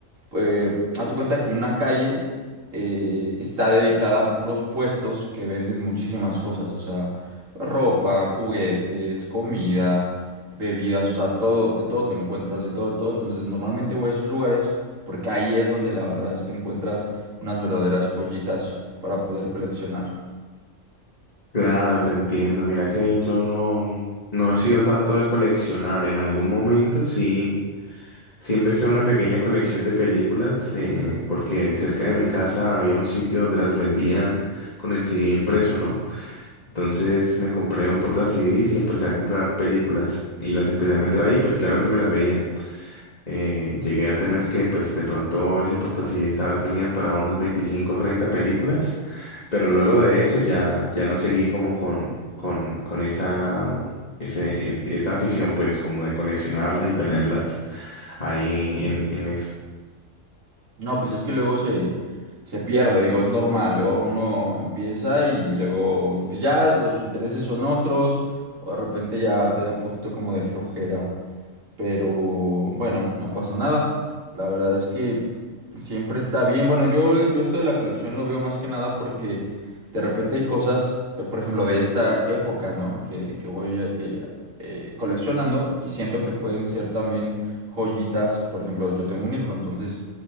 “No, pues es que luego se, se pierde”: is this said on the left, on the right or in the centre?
Right